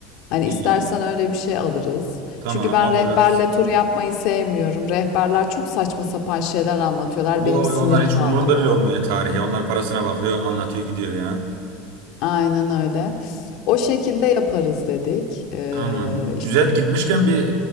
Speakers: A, on the left (about 45°); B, on the right (about 70°).
A: Hani
B: İyi.
A: istersen öyle bir şey alırız.
B: Tamam
A: Çünkü ben
B: alırız.
A: rehberle tur yapmayı sevmiyorum. Rehberler çok saçma sapan şeyler anlatıyorlar.
B: Yo,
A: Benim sinirim
B: yo, onlar hiç
A: kalkıyor.
B: umurunda bile olmuyor tarihi. Onlar parasına bakıyor, anlatıyor, gidiyor ya.
A: Aynen öyle. O şekilde yaparız dedik. Ee,
B: Tamam. Güzel gitmişken bir